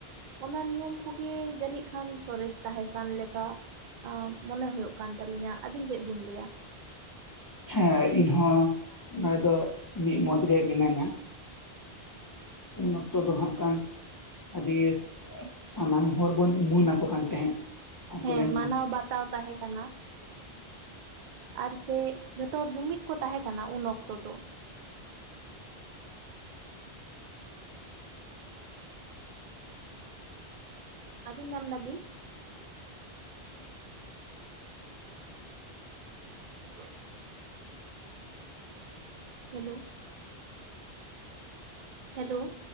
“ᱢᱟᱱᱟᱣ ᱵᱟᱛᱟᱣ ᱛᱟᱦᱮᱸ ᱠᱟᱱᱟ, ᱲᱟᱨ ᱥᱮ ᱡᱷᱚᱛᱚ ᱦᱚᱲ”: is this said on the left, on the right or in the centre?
Right